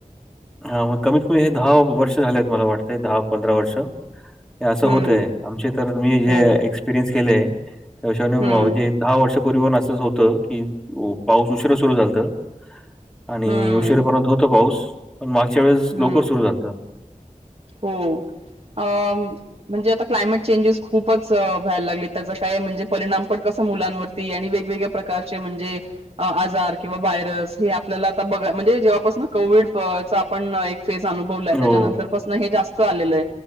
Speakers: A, in the centre; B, on the right.
A: हा मग, कमीत- कमी हे दहा वर्ष झालेत, मला वाटतय, दहा -पंधरा वर्ष हे असं
B: हम्म
A: होतय, आमचे तर मी जे
B: हो
A: एक्सपिरियन्स केलेय त्या पेक्षा
B: हम्म
A: मौजेट दहा वर्षापूर्वी असंच होतं की, पाऊस उशीर सुरू झालतं आणि
B: हम्म
A: उशिरापर्यंत होत पाऊस, पण मागच्या वेळेस
B: हम्म
A: लवकर सुरू झालतं.
B: हो, अम म्हणजे आता क्लायमेट चेंजेस खूपच व्हायला लागले, त्यांज काय म्हणजे परिणाम पण कसं मुलांनवर ती, आणि वेगवेगळ्या प्रकारचे म्हणजे आजार किंवा वायरस हे आपल्याला आता बघ, म्हणजे जेव्हापासून कोविड च आपण फेस अनुभवलाय त्याच्यानंतर
A: हो
B: पसन हे जास्त आलेलंय,